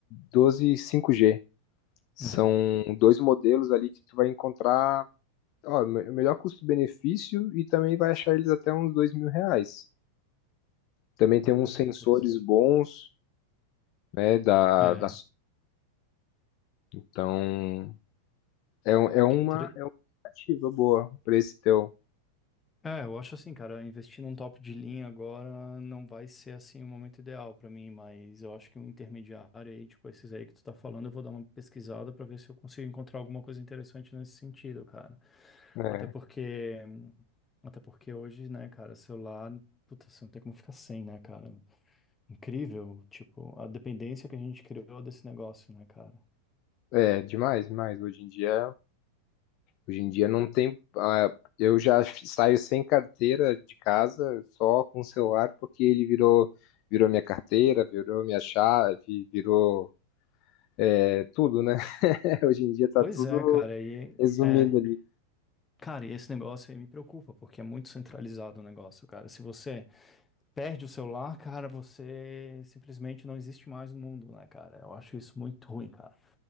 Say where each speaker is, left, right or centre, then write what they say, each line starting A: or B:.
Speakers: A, on the left; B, on the left.
A: 12 5G. São
B: Uhum.
A: dois modelos ali que tu vai encontrar, ó, me- melhor custo-benefício e também vai achar eles até uns dois mil reais. Também tem
B: Olha,
A: uns
B: cara,
A: sensores
B: interessante.
A: bons, né, da,
B: É,
A: da... Então, é, um- é uma,
B: intere-
A: é uma alternativa boa pra esse teu,
B: é, eu acho assim, cara, investir num top de linha agora não vai ser assim o momento ideal pra mim, mas eu acho que um intermediário aí, tipo esses aí que tu tá falando, eu vou dar uma pesquisada pra ver se eu consigo encontrar alguma coisa interessante nesse sentido, cara.
A: né?
B: Até porque, até porque hoje, né, cara, celular, puta, você não tem como ficar sem, né, cara? Incrível, tipo, a dependência que a gente criou desse negócio, né, cara?
A: É, demais, demais. Hoje em dia Hoje em dia não tem. ah, eu já saio sem carteira de casa, só com o celular, porque ele virou, virou minha carteira, virou minha chave, virou é, tudo, né? <laughs> Hoje em dia tá
B: Pois
A: tudo
B: é, cara, e
A: resumido
B: é,
A: ali.
B: cara, e esse negócio aí me preocupa, porque é muito centralizado o negócio, cara. Se você perde o celular, cara, você simplesmente não existe mais no mundo, né, cara? Eu acho isso muito ruim, cara.